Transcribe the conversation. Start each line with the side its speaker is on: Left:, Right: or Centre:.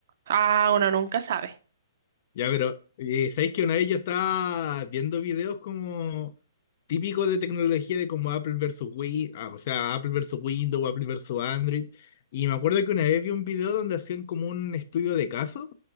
Right: Ah, uno nunca sabe,
Left: Ya, pero eh, ¿sabéis que una vez yo estaba viendo videos como típicos de tecnología de como Apple versus Win, ah, o sea, Apple versus Windows, Apple versus Android, y me acuerdo que una vez vi un video donde hacían como un estudio de caso,